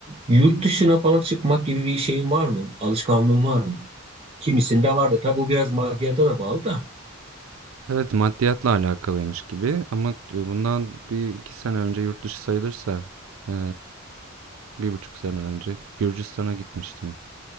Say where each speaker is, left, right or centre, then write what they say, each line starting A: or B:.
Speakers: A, on the right; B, on the right.
A: yurt dışına falan çıkmak gibi bir şeyin var mı? Alışkanlığın var mı? Kimisinde var da. Tabii bu biraz maddiyata da bağlı da.
B: Evet, maddiyatla alakalıymış gibi ama e, bundan bir iki sene önce yurt dışı sayılırsa e, bir buçuk sene önce Gürcistan'a gitmiştim.